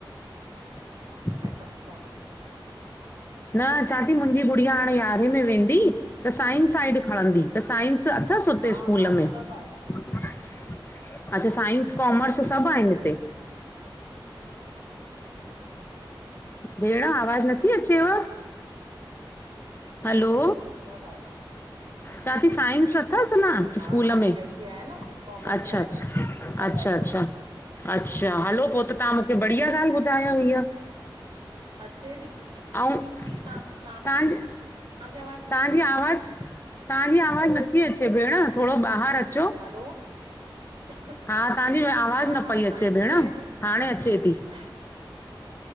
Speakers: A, on the left; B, on the right.
A: उं <inaudible>
B: अच्छा,
A: न, चवां थी मुंहिंजी गुड़िया हाणे यारहें में वेंदी। त साइंस साइड खणंदी। त साइंस अथसि हुते
B: हा
A: स्कूल
B: हा
A: में?
B: सभु आहे
A: अच्छा, साइंस-कॉमर्स सभ आहिन हिते। भेण, आवाज नथी अचेव? हलो
B: सभ आया।
A: चवां थी साइंस अथसि न
B: हा
A: स्कूल
B: साइंस
A: में? अच्छा,
B: साइड बि आहे न कॉमर्स बि आहे
A: अच्छा।
B: सभु
A: अच्छा,
B: आहे सभु
A: अच्छा। अच्छा, हलो पोइ त, तव्हां मूंखे बढ़िया ॻाल्हि ॿुधायव हीअ।
B: अचे थी
A: आऊं तव्हांजे?
B: तव्हां तव्हांखे आवाज
A: तव्हांजी आवाज़? तव्हांजी आवाज़ नथी अचे भेण, थोरो ॿाहिरि अचो
B: हलो, <unintelligible>
A: हा तव्हांजी आवाज़
B: हां,
A: न
B: हां
A: पई अचे
B: साइंस
A: भेण
B: बि आहे। कम <inaudible>
A: हाणे
B: ठीक
A: अचे थी
B: <inaudible>